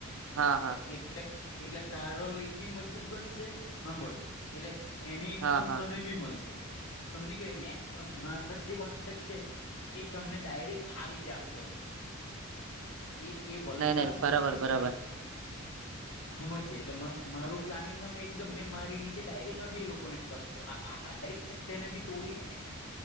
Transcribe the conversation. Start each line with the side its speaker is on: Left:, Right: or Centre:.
Right: હા હા
Left: વખત એટલે તારો લેક બી મજબૂત બનશે હાંભળ એટલે એની ઇન્કમ
Right: હા હા
Left: તને બી મલશે. સમજી ગયો મે મારા જે કોન્ટેક છે એ તમને ડાયરેક આ રીતે આપતો છે એ એ વલસાડમાં
Right: નહી નહી બરાબર
Left: છે
Right: બરાબર
Left: એ હમજે એટલે મારું પ્લાનિંગમાં મે એકદમ મે મારી નીચે ડાયરેક નથી એ લોકોને કરતો આ ને બી તોડીને